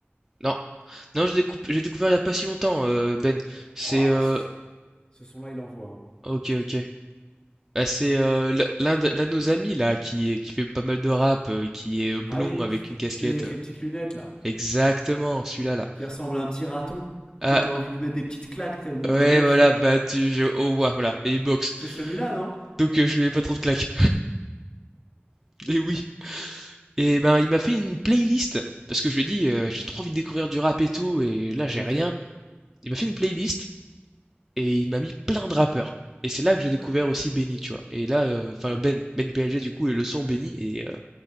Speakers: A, in the centre; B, on the left.
A: Non, non j'ai découp- j'ai découvert il y a pas si longtemps euh, Ben. C'est,
B: Oh là,
A: euh,
B: ce, ce son-là, il envoie. hein.
A: ok, ok. Bah, c'est euh, l- l'un de, l'un de nos amis là qui est- qui fait pas mal de rap, euh, qui est euh, blond
B: Ah oui,
A: avec
B: ce-
A: une casquette.
B: celui avec
A: euh.
B: les petites lunettes, là,
A: Exactement, celui-là là.
B: qui ressemble à un petit raton,
A: Ah
B: qu'on a envie de lui mettre des petites claques tellement il
A: ouais
B: est moche.
A: voilà, bah tu, je, au revoir, voilà et il boxe.
B: C'est celui-là, non
A: Donc euh, je lui mets pas trop de claques. <laughs> mais oui. Et ben, il m'a fait une playlist parce que je lui ai dit, heu: «J'ai trop envie de découvrir du rap et tout et là, j'ai
B: Ok.
A: rien». Il m'a fait une playlist et il m'a mis plein de rappeurs et c'est là que j'ai découvert
B: Ouais.
A: aussi Benny, tu vois? Et là, heu, enfin
B: Ok.
A: Ben, Ben P L G du coup et le son Benny et heu,